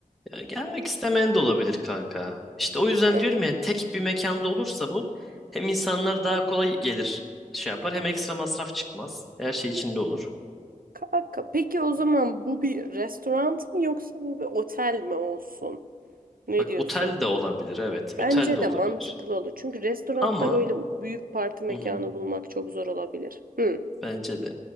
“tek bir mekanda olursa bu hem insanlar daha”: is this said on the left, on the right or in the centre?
Centre